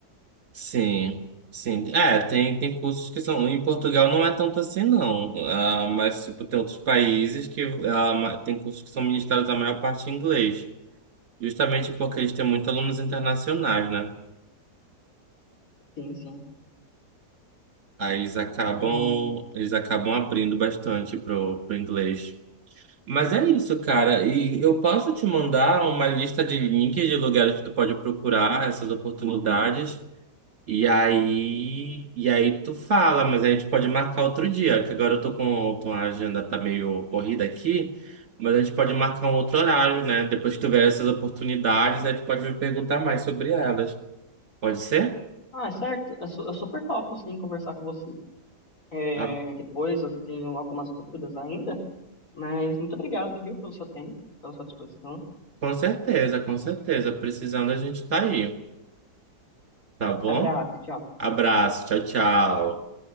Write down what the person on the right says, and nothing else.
Sim. Sim, é, tem, tem cursos que são. Em Portugal não é tanto assim, não. Ah, mas, tipo, tem outros países que ah, ma- tem cursos que são ministrados a maior parte em inglês. Justamente porque eles têm muitos alunos internacionais, né?
Aí eles acabam,
eles acabam abrindo bastante pro, pro inglês. Mas é isso, cara. E eu posso te mandar uma lista de links de lugares que tu pode procurar essas oportunidades. E aí, e aí tu fala, mas a gente pode marcar outro dia, que agora eu tô com, com a agenda tá meio corrida aqui, mas a gente pode marcar um outro horário, né? Depois que tu ver essas oportunidades, aí tu pode me perguntar mais sobre elas. Pode ser?
Tá,
com certeza, com certeza. Precisando, a gente tá aí, tá bom?
Abraço, tchau, tchau.